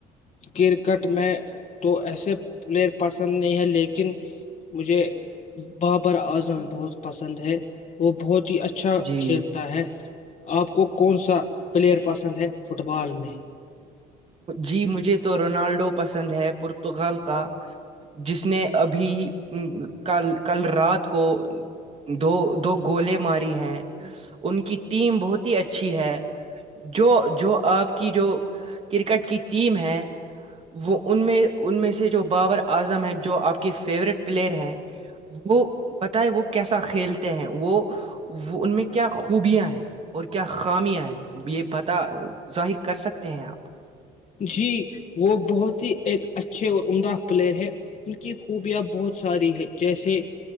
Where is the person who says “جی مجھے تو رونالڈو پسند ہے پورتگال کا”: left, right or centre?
Right